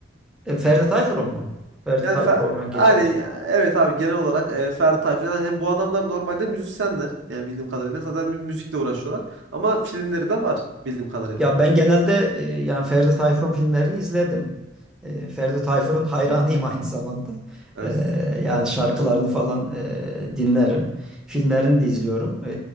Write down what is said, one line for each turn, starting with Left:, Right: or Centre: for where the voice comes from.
Centre: E, Ferdi Tayfur'un mu? Ferdi
Right: Yani
Centre: Tayfur,
Right: Fer-
Centre: Orhan Gencebay.
Right: yani evet abi genel olarak e, Ferdi falan hem bu adamlar normalde müzisyenler. Yani bildiğim kadarıyla zaten mü- müzikle uğraşıyorlar. Ama filmleri de var bildiğim kadarıyla.
Centre: Ya ben genelde e, yani Ferdi Tayfur'un filmlerini izledim. E, Ferdi Tayfur'un hayranıyım aynı zamanda.
Right: Evet.
Centre: E, yani şarkılarını falan e, dinlerim. Filmlerini de izliyorum. E,